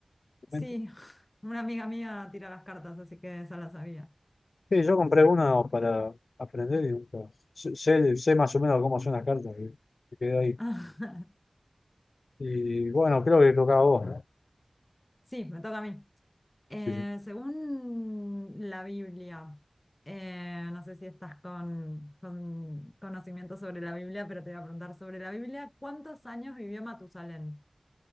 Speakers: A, on the left; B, on the left.
A: tu
B: Sí,
A: momento.
B: <laughs> una amiga mía tira las cartas, así que esa la sabía.
A: Sí, yo compré uno para aprender y nunca- Sé, sé- sé más o menos cómo son las cartas. y me quedé ahí.
B: <laughs>
A: Y bueno, creo que tocaba vos, ¿no?
B: Sí, me toca a mí. Eh,
A: Sí, sí.
B: según la Biblia, eh, no sé si estás con, con conocimiento sobre la Biblia, pero te voy a preguntar sobre la Biblia, ¿cuántos años vivió Matusalén?